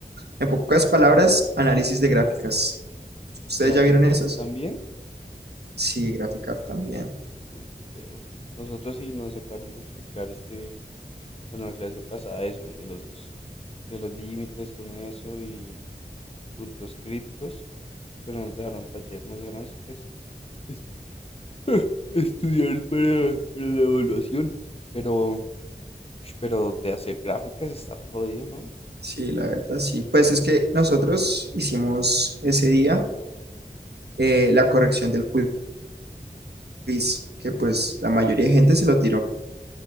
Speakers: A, on the right (about 80°); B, on the left (about 35°).
A: En pocas palabras, análisis de gráficas. ¿Ustedes
B: ¿graficar
A: ya vieron esos?
B: también?
A: Sí, Graficar también.
B: Uy, qué pereza. Nosotros sí nos acabaron de explicar este, bueno, la clase pasada eso, de los de los límites con eso y puntos críticos, pero nos dejaron taller, nos dejaron es, es- es- <laughs> estudiar para, para la evaluación. Pero Ush, Pero de hacer gráficas está re jodido, ¿no?
A: Sí, la verdad, sí. Pues es que nosotros hicimos ese día eh, la corrección del quiz, que pues la mayoría de gente se lo tiró.